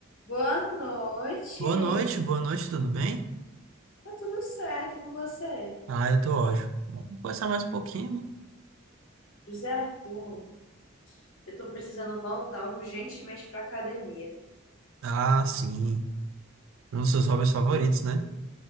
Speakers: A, on the left (about 75°); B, on the right (about 75°).
A: Boa noite.
B: Boa noite, boa noite, tudo bem?
A: Tá tudo certo e com você?
B: Ah, eu tô ótimo. Vamos conversar mais um pouquinho, né?
A: José Arthur, eu tô precisando voltar urgentemente pra academia.
B: Ah, sim. Um dos seus hobbies favoritos,
A: Menino,
B: né?